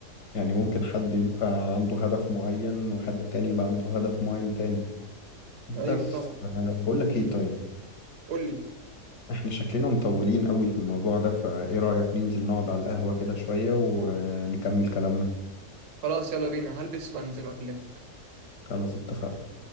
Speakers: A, on the left; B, on the right.
A: يعني ممكن حد يبقى عنده هدف معين وحد تاني يبقى عنده هدف معين تاني بس
B: أيوه طبعا
A: بقول لك ايه طيب
B: قول لي
A: احنا شكلنا مطولين قوي في الموضوع ده فايه رأيك ننزل نقعد على القهوة كده شوية ونكمل كلامنا
B: خلاص يلا بينا هلبس وانزل واكلمك
A: خلاص اتفقنا